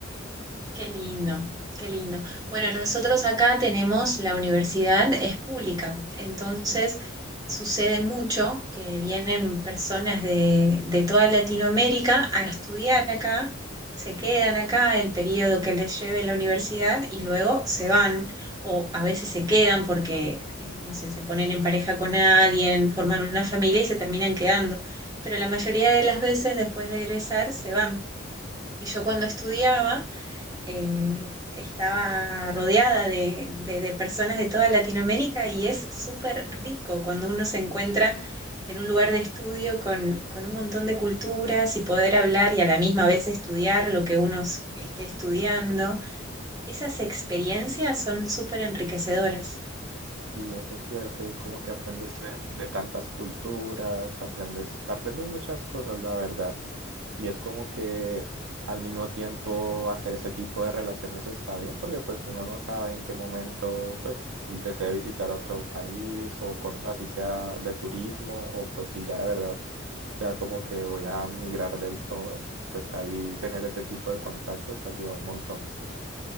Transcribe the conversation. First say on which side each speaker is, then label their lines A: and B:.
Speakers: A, on the right; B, on the right.
A: Qué lindo, qué lindo. Bueno, nosotros acá tenemos la universidad, es pública, entonces sucede mucho que vienen personas de, de toda Latinoamérica a estudiar acá, se quedan acá el periodo que les lleve la universidad y luego se van, o a veces se quedan porque, eh, no sé, se ponen en pareja con alguien, forman una familia y se terminan quedando. Pero la mayoría de las veces después de egresar se van. Y yo cuando estudiaba eh, estaba rodeada de, de- de personas de toda Latinoamérica y es súper rico cuando uno se encuentra en un lugar de estudio con, con un montón de culturas y poder hablar y a la misma vez estudiar lo que uno s- esté estudiando. Esas experiencias son súper enriquecedoras.
B: Sí, eso es cierto, y es como que aprendes de, de tantas culturas, aprendes, aprendes muchas cosas, la verdad, y es como que al mismo tiempo hacer ese tipo de relaciones está bien, porque pues uno no sabe en qué momento pues que desea visitar otro país, o con- así sea de turismo, o pues si ya de verdad sea como que voy a migrar del todo, pues ahí tener ese tipo de contactos ayuda un montón.